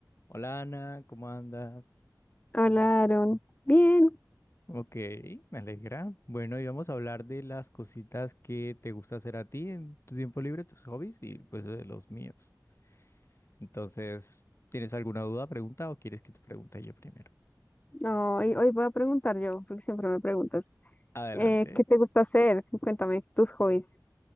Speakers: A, on the left; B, on the left.
A: Hola Ana, ¿cómo andas?
B: Hola, Aaron. Bien.
A: Ok, me alegra. Bueno, y vamos a hablar de las cositas que te gusta hacer a ti en tu tiempo libre, tus hobbies y pues de los míos. Entonces, ¿tienes alguna duda, pregunta o quieres que te pregunte yo primero?
B: No, hoy, hoy voy a preguntar yo, porque siempre me preguntas.
A: Adelante.
B: Eh, ¿qué te gusta hacer? Cuéntame tus hobbies